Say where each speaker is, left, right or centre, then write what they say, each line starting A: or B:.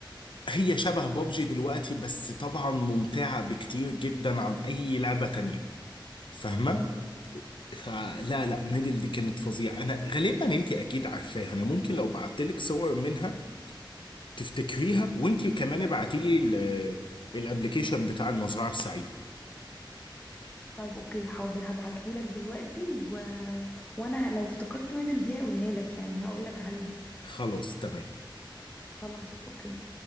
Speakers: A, on the left (about 70°); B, on the left (about 20°).
A: هي شبه بابجي دلوقتي بس طبعا ممتعة بكتير جدا عن اي لعبة تانية فاهمة
B: امم
A: فلا لا ميدل دي كانت فظيعة أنا غالبا أنت أكيد عارفاها أنا ممكن لو بعت لك صور منها تفتكريها وأنت كمان ابعتي لي الابلكيشن بتاع المزرعة السعيدة
B: طيب اوكي حاضر هبعتهولك دلوقتي و... وانا لو افتكرت ميدل دي هقولها لك يعني هقولك عليها
A: خلاص تمام
B: خلاص اوكي